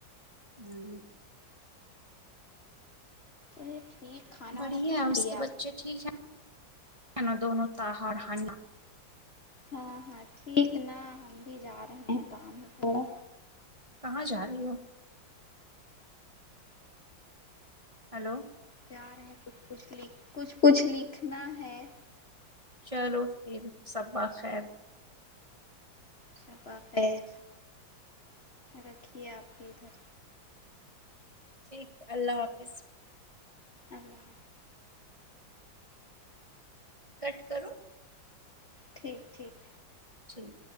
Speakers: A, on the right; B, on the left.
A: ہوں
B: ا ٹھیک کھانا
A: بڑھیا
B: وانا کھا
A: ہے اس
B: لیا
A: کے
B: آپ
A: بچے ٹھیک ہیں ہے نا دونوں تہا اور ہانیہ
B: ہاں ہاں ٹھیک نا ہم بھی جا رہے ہیں کام تھوڑا
A: کہاں جا رہی ہو ہیلو
B: جا رہے ہیں کچھ کچھ لک کچھ کچھ لکھنا ہے
A: چلو پھر شبہ خیر
B: شبہ خیر رکھیے آپ کی ادھر
A: ٹھیک اللہ حافظ
B: اللہ
A: کٹ کرو
B: ٹھیک ٹھیک
A: جی